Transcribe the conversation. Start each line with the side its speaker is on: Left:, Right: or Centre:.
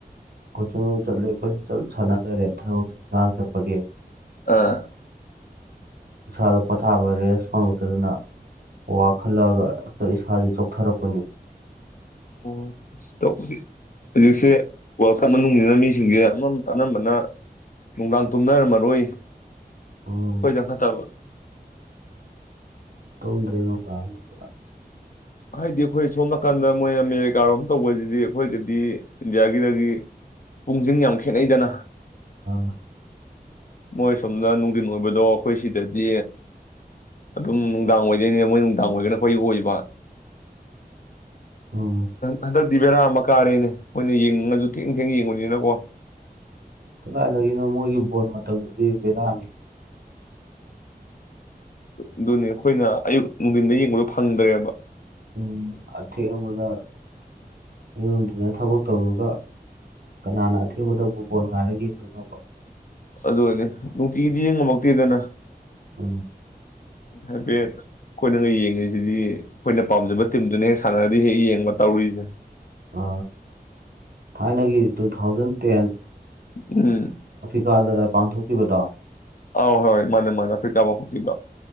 Right: ꯀꯣꯆ ꯆꯠꯂꯦ ꯑꯩꯈꯣꯏ ꯁꯥꯟꯅ ꯂꯩꯔꯦ ꯊꯕꯛ ꯉꯥꯡ ꯆꯠꯄꯒꯤ
Left: ꯑꯥ
Right: ꯁꯥꯔ ꯄꯊ ꯁꯥꯕ ꯔꯦꯁ ꯐꯪꯉꯛꯇꯗꯅ ꯋꯥꯛ ꯆꯥꯎꯈꯠꯂꯛꯑꯒ ꯑ ꯏꯁꯥꯥꯁꯦ ꯊꯔꯛꯄꯅꯦ
Left: ꯑꯣ ꯇꯧꯕꯨꯗꯤ ꯍꯧꯖꯤꯛꯁꯦ ꯃꯅꯨꯡꯁꯤꯅ ꯃꯤꯁꯤꯡꯁꯦꯝ ꯑꯅꯝꯕꯅ ꯅꯨꯡꯗꯥꯡ ꯇꯨꯝꯅꯔꯝꯃꯔꯣꯏ
Right: ꯎꯝ
Left: ꯍꯣꯏꯗ ꯐꯠꯇꯕ
Right: ꯇꯣꯡꯗ꯭ꯔꯦꯅꯣ ꯀ ꯅꯝꯕꯗ
Left: ꯍꯥꯏꯗꯤ ꯑꯩꯈꯣꯏ ꯁꯣꯝ ꯅꯥꯀꯟꯗ ꯃꯣꯏ ꯑꯃꯦꯔꯤꯀꯥꯔꯣꯝ ꯇꯧꯕꯁꯤꯗꯤ ꯑꯩꯈꯣꯏꯗꯗꯤ ꯏꯟꯗꯤꯌꯥꯒꯤꯗꯒꯤ ꯄꯨꯡꯁꯤꯡ ꯌꯥꯝ ꯈꯦꯠꯅꯩꯗꯅ
Right: ꯑ
Left: ꯃꯣꯏ ꯁꯣꯝꯅ ꯅꯨꯡꯊꯤꯟ ꯑꯣꯏꯕꯗꯣ ꯑꯩꯈꯣꯏ ꯁꯤꯗꯗꯤ ꯑꯗꯨꯝ ꯅꯨꯡꯗꯥꯡ ꯑꯣꯏꯗꯣꯏꯅꯦ ꯃꯣꯏ ꯅꯨꯡꯗꯥꯡ ꯑꯣꯏꯒꯅ ꯑꯩꯈꯣꯏ ꯑꯣꯏꯕ
Right: ꯎꯝ
Left: ꯍꯗꯛ ꯗꯤ ꯕꯦꯔꯥ ꯑꯃ ꯀꯥꯔꯦꯅꯦ ꯃꯣꯏꯅ ꯌꯦꯡꯅꯤꯡꯉꯁꯨ ꯊꯦꯡ ꯊꯦꯡꯅ ꯌꯦꯡꯉꯨꯅꯤꯅꯀꯣ
Right: ꯀꯗꯥꯏꯗꯒꯤꯅꯣ ꯃꯣꯏꯒꯤ ꯕꯣꯜ ꯃꯇꯝꯗꯨꯗꯤ ꯕꯦꯗꯥꯅꯤ
Left: ꯑꯗꯨꯅꯤ ꯑꯩꯈꯣꯏꯅ ꯑꯌꯨꯛ ꯅꯨꯡꯊꯤꯟꯗ ꯌꯦꯡꯕꯗꯣ ꯐꯪꯗ꯭ꯔꯦꯕ
Right: ꯎꯝ ꯑꯊ ꯃꯗ ꯑꯩꯉꯣꯟꯗꯨꯅ ꯊꯕꯛ ꯇꯧꯔꯒ ꯀꯅꯥꯅ ꯑꯊꯦꯡꯕꯗ ꯕꯨꯨꯠꯕꯣꯣꯟ ꯉꯥꯏꯔꯒ ꯌꯦꯡꯗꯣꯏꯅꯣꯕ
Left: ꯑꯗꯨ ꯑꯣꯏꯅꯦ ꯅꯨꯡꯇꯤꯒꯤꯗꯤ ꯌꯦꯡꯉꯝꯃꯛꯇꯦꯗꯅ
Right: ꯎꯝ
Left: ꯍꯥꯏꯐꯦꯠ ꯑꯩꯈꯣꯏꯅ ꯌꯦꯡꯉꯤꯁꯤꯗꯤ ꯑꯩꯈꯣꯏꯅ ꯄꯥꯝꯖꯕ ꯇꯤꯝꯗꯨꯅ ꯍꯦꯛ ꯁꯥꯟꯅꯔꯗꯤ ꯍꯦꯛ ꯌꯦꯡꯕ ꯇꯧꯔꯔꯤꯁꯦ
Right: ꯑ ꯊꯥꯏꯅꯒꯤ ꯇꯨ ꯊꯥꯎꯖꯟ ꯇꯦꯟ
Left: ꯎꯝ
Right: ꯀꯗꯗ ꯄꯥꯡꯊꯣꯛꯈꯤꯕꯗꯣ
Left: ꯑꯧ ꯍꯣꯏ ꯃꯥꯅꯦ ꯃꯥꯅꯦ ꯀꯈꯩ ꯇꯥ ꯑꯃ ꯄꯨꯣꯛꯈꯤꯕ